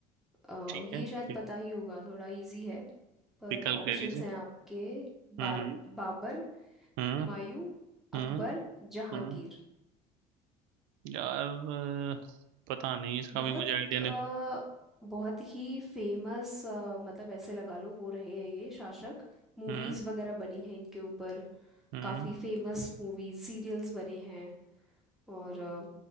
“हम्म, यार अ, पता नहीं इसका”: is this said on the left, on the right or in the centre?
Right